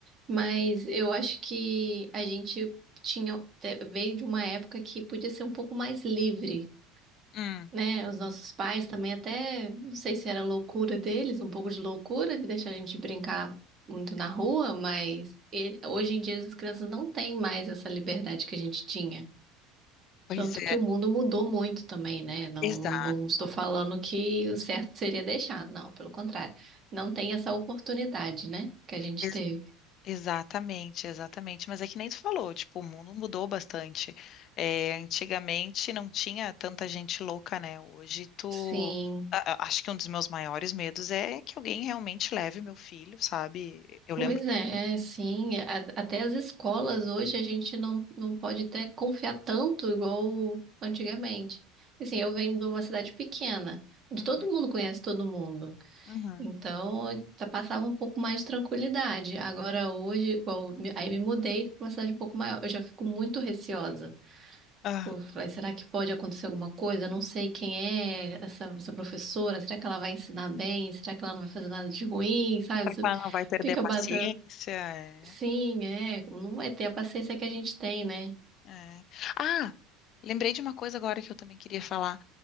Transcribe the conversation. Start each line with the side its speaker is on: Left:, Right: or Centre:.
Right: Mas eu acho que a gente tinha veio de uma época que podia ser um pouco mais livre.
Left: Hum,
Right: né? Os nossos pais também até, não sei se era loucura deles, um pouco de loucura de deixar a gente brincar muito na rua, mas e- hoje em dia as crianças não têm mais essa liberdade que a gente tinha.
Left: pois
Right: Tanto
Left: é,
Right: que o mundo mudou muito também, né? Não,
Left: exa
Right: não, não estou falando que o certo seria deixar, não, pelo contrário. Não tem essa oportunidade, né? Que a gente
Left: ex-
Right: teve.
Left: exatamente, exatamente. Mas é que nem tu falou, tipo, o mundo mudou bastante. É, antigamente não tinha tanta gente louca, né? Hoje tu.
Right: Sim.
Left: a- a- Acho que um dos meus maiores medos é que alguém realmente leve meu filho, sabe? Eu lembro.
Right: Pois é, sim. A- até as escolas hoje a gente não, não pode até confiar tanto igual antigamente. Assim,
Left: Hum,
Right: eu venho de uma cidade pequena, onde
Left: uhum,
Right: todo mundo conhece todo mundo.
Left: uhum.
Right: Então, tá- passava um pouco mais de tranquilidade. Agora, hoje, igual, me- aí me mudei para uma cidade um pouco maior. Eu já fico muito receosa.
Left: Ah,
Right: Pô, falei, será que pode acontecer alguma coisa? Eu não sei quem é essa, essa professora. Será que ela vai ensinar bem? Será que ela não vai fazer nada de ruim? Sabe?
Left: será
Right: Você
Left: que ela não vai perder
Right: Fica
Left: a paciência?
Right: batendo
Left: é.
Right: Sim, é. Não vai ter a paciência que a gente tem, né?
Left: É. Ah, lembrei de uma coisa agora que eu também queria falar,